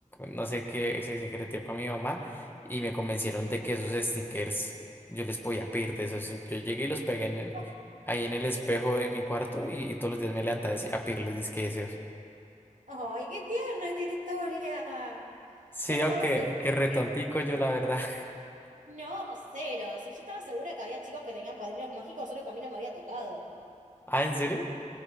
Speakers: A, on the left (about 15°); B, on the right (about 70°).
A: no sé qué, se secretió con mi mamá y me convencieron de que esos stickers yo les podía pedir de esos. Yo llegué y los pegué en, el-
B: no.
A: ahí en el espejo de mi cuarto y, todos los días me levantaba a pedirles disque deseos.
B: ay, qué tierna esta historia.
A: Sí,
B: Yo estaba
A: aunque,
B: segura
A: aunque retontico
B: que...
A: yo la verdad. <laughs>
B: No, cero. Si yo estaba segura que había chicos que tenían padrinos mágicos, solo que a mí no me había tocado.
A: Ah, ¿en serio?